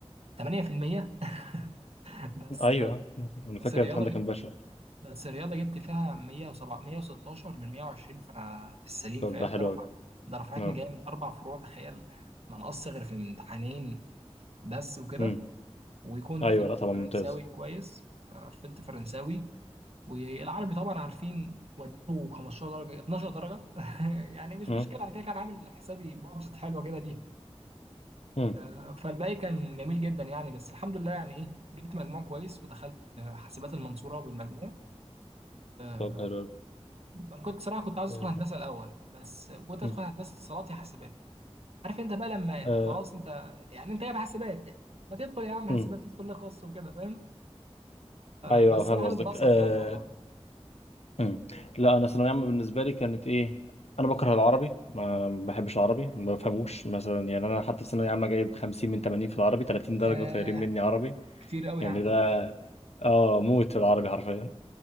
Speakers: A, on the right; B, on the left.
A: 8% <laughs> بس
B: ايوه انا فاكر
A: بس الرياضه
B: الامتحان ده
A: جبت
B: كان بشع
A: بس الرياضه جبت فيها 107 116 من 120 فانا في السليم
B: طب
A: فاهم
B: ده حلو
A: ده رفع
B: قوي
A: ده رفعتني
B: اه
A: جامد اربع فروع تخيل ما نقص غير في امتحانين بس وكده
B: أمم،
A: وكنت
B: ايوه
A: في
B: لا طبعا
A: فرنساوي
B: ممتاز
A: كويس قفلت فرنساوي والعربي طبعا عارفين وديله 15 درجه 12 درجه <laughs> يعني مش
B: مم.
A: مشكله انا كده كان عامل حسابي بادجت حلوه كده ليه
B: امم
A: آه، فالباقي كان جميل جدا يعني بس الحمد لله يعني ايه جبت مجموع كويس ودخلت آه، حاسبات المنصوره بالمجموع آه،
B: طب حلو أوي.
A: انا كنت صراحه كنت عايز
B: آه،
A: ادخل هندسه الاول بس كنت ادخل
B: مم.
A: هندسه اتصالات يا حاسبات عارف انت بقى لما
B: آه،
A: خلاص انت يعني انت جايب حاسبات يعني ما تدخل يا عم
B: مم.
A: حاسبات تدخل ليه خاص وكده فاهم آه،
B: ايوه
A: بس
B: فاهم
A: الواحد
B: قصدك
A: اتبسط
B: آه،
A: يعني والله
B: مم. لا انا ثانويه عامه بالنسبه لي كانت ايه انا بكره العربي ما ما بحبش العربي ما بفهموش مثلا يعني انا حتى في ثانويه عامه جايب 50 من 80 في العربي 30 درجه
A: ياه
B: طايرين مني عربي
A: كتير قوي
B: يعني
A: يا عم
B: ده اه موت في العربي حرفيا